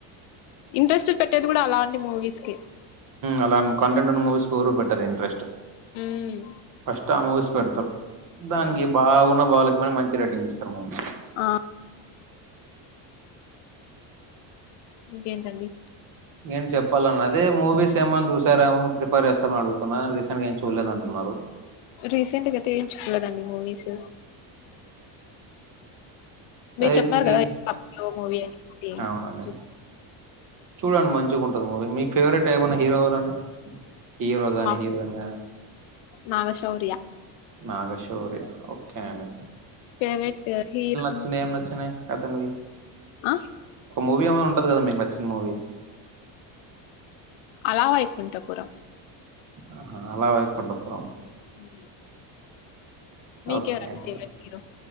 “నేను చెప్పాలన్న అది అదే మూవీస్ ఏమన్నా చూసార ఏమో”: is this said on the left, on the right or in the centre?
Right